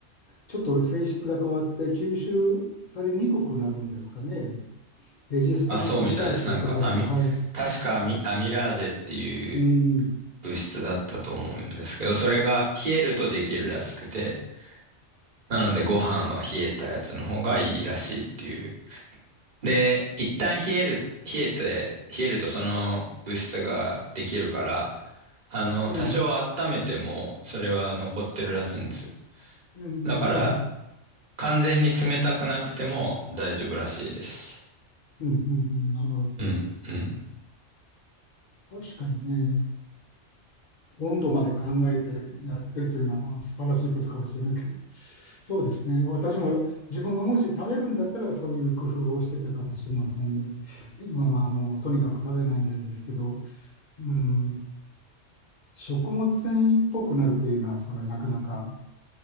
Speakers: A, on the left (about 40°); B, on the right (about 45°).
A: ちょっと性質が変わって吸収されにくくなるんですかね。レジスタントスターチと書いて、
B: あ、そうみたいです。なんか、アミ、
A: はい。
B: 確かアミ、アミラーゼっていう
A: うん、
B: 物質だったと思うんですけど、それが冷えるとできるらしくて、なのでご飯は冷えたやつの方がいいらしいっていうで、一旦冷える、冷えて、冷えるとその物質ができるから、あの、
A: うん、
B: 多少温めても、それは残ってるらしいんですよ。
A: うん、
B: だうから、
A: なるほど。
B: ん。完全に冷たくなくても大丈夫らしいです。
A: うん、うん、うん、なるほ
B: うん、うん。
A: ど。確かにね。温度まで考えてやってるというのはまあ素晴らしいことかもしれないけど、そうですね。私も自分がもし食べるんだったらそういう工夫をしてたかもしれませんね。今はもうとにかく食べないんであれですけど、うん、食物繊維っぽくなるというのは、そのなかなか